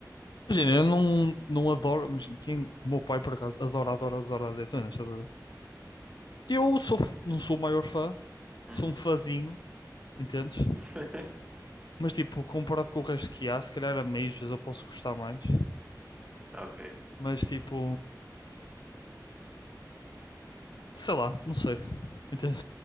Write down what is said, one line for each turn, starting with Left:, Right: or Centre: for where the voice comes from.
Left: Imagina, eu não, não adoro... Imagina, quem, o meu pai, por acaso, adora, adora, adora azeitonas,
Right: Uhum.
Left: estás a ver? Eu sou, f- não sou o maior fã.
Right: Uhum.
Left: Sou um fãzinho, entendes?
Right: <laughs>
Left: Mas tipo, comparado com o resto que há, se calhar a Majors eu posso gostar mais.
Right: Ok.
Left: Mas tipo, sei lá, não sei. Entende?